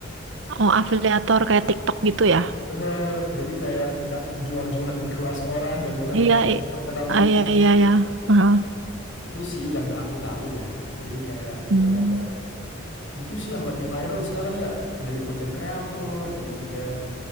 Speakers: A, on the right; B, on the left.
A: Oh, afiliator kayak TikTok gitu ya?
B: Bener. Jadi kayak da- jual-jualin <laughs> kelas orang yang udah
A: Iya,
B: ter-
A: i-
B: terkenal
A: ah,
B: gitu.
A: iya, iya, iya. Heeh.
B: Itu sih yang aku tahu ya. Jadi kayak beberapa
A: Hmm.
B: itu sih yang lagi viral sekarang ya. Jadi konten kreator, jadi konten